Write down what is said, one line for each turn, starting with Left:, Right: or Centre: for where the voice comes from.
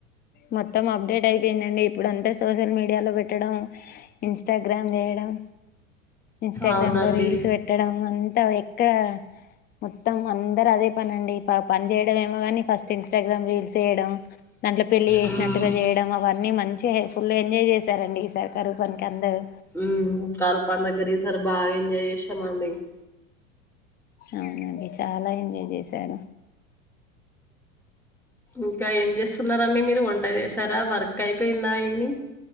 Left: మొత్తం అప్డేట్ అయిపోయిందండి ఇప్పుడు అంత సోషల్ మీడియాలో పెట్ట డం ఇంస్టాగ్రామ్ లో చేయడం ఇంస్టాగ్రామ్
Centre: అవునండి.
Left: లో రీల్స్ పెట్టడం అంతా ఎక్కడ మొత్తం అందరు అదే పని అండి పని చేయడం ఏమో కాని ఫస్ట్ ఇన్స్టాగ్రామ్ రీల్స్ వేయడం పెళ్ళి చేసినట్టుగా
Centre: హ్మ్.
Left: చేయడం అవన్నీ మంచిగా ఫుల్ ఎంజాయ్ చేశారండి ఈసారి కరూ పనికి అందరు
Centre: ఉ కరుపాని దగ్గర ఈ సారి బాగా ఎంజాయ్ చేసాం అండి
Left: అవునండి చాలా ఎంజాయ్ చేశారు
Centre: ఇంకా ఏం చేస్తున్నారండి మీరు వంట చేశారా వర్క్ అయిపోయిందా ఈవినింగ్